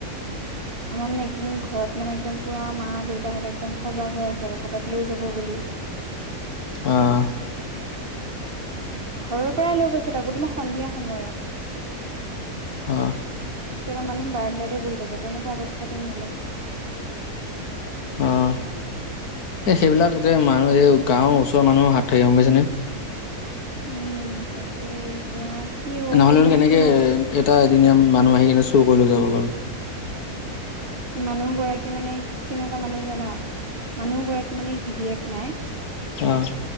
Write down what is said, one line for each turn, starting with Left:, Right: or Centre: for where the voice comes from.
Right: আমাৰ মানে এইকেদিন ঘৰত মানে একদম পুৰা মা দেউতাহঁতে একদম সজাগ হৈ আছে আৰু ক'ৰবাত লৈ যাব বুলি।
Left: অ'
Right: ঘৰৰ পৰাই লৈ গৈছে তাকো তোমাৰ সন্ধিয়া সময়ত।
Left: অ'
Right: সিহঁতৰ মানুহ বাৰাণ্ডাতে বহি থাকে তেনেকোৱা অৱস্থাতে নিলে।
Left: অ' এই সেইবিলাক যে মানুহ এই গাঁওৰ ওচৰৰ মানুহো হাত থাকে গ'ম পাইছেনে।
Right: উম, তাকে এতিয়া কি হ'ল
Left: নহলেতো
Right: এতিয়া মানে
Left: কেনেকে
Right: কোনো
Left: এটা এদিনীয়া মানুহ আহি কিনে চুৰ কৰি লৈ যাব বাৰু।
Right: মানুহ গৰাকী মানে কেনেকোৱা মানুহ জানা মানুহ গৰাকী মানে গিৰিয়েক নাই
Left: অ'